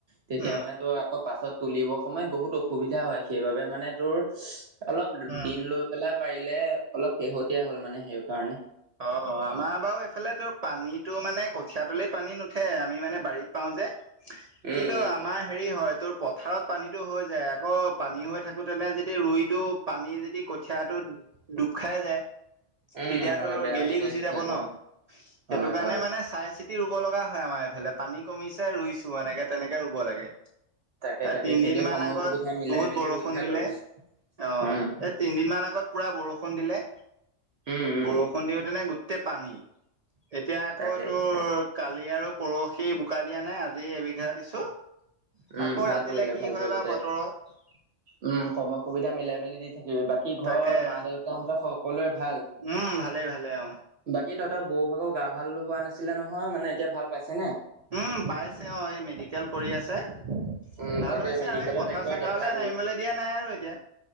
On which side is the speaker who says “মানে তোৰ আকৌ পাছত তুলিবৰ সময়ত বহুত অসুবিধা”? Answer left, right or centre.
Right